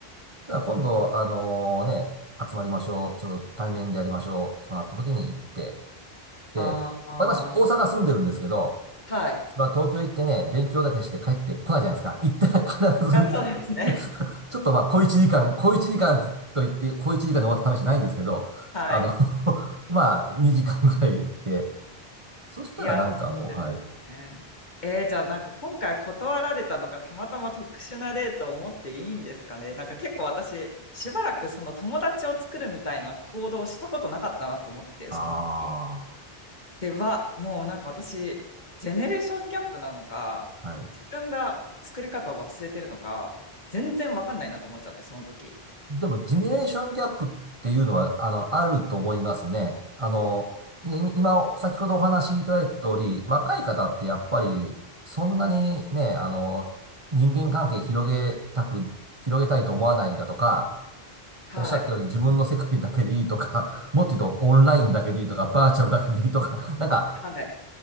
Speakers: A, on the right; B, on the left.
A: ただ今度、あのね、集まりましょう、ちょっと対面でやりましょうとなった時に行って、で、
B: あーあ
A: 私、大阪住んでるんですけど、
B: ー、はい。
A: それは東京行ってね、勉強だけして帰ってこないじゃないですか。行ったら必ず
B: あ、そうですね。
A: <laughs> ちょっとまあ、小一時間、小一時間と言って、小一時間で終わった試しないんですけど、
B: <laughs> はい。
A: あの <laughs> まあ、2時間ぐらい行って、そしたらなんかもう、
B: いや、そうですよね。
A: はい。
B: えー、じゃあなんか今回断られたのがたまたま特殊な例と思っていいんですかね。なんか結構私、しばらくその友達を作るみたいな行動をしたことなかったなと思って、その時。
A: あ
B: では、もうなんか私、ジェネレーションギャップなのか、
A: あ、はい。
B: 自分が作り方を忘れてるのか、全然わかんないなって思っちゃって、その時。
A: でも、ジェネレーションギャップっていうのは、あの、あると思いますね。あの、い今、先ほどお話しいただいた通り、若い方ってやっぱり、そんなにね、あの、人間関係広げたく、広げたいと思わないだとか、
B: はい。
A: おっしゃったように自分の世界だけでいいとか、<laughs> もっと言うとオンラインだけでいいとか、バーチャルだけでいいとか、なんか、
B: はい。